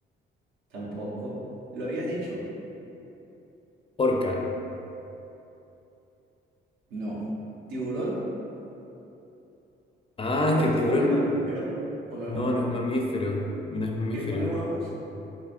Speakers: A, on the right; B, on the left.
A: Tampoco. ¿Lo habías dicho?
B: Orca.
A: No. ¿Tiburón?
B: Ah, es
A: ¿Pero
B: que
A: el
B: el
A: tiburón
B: tiburón.
A: es Ah, mamífero o no
B: No,
A: es mamífero?
B: no es mamífero. No es mamífero.
A: ¿Que pone huevos?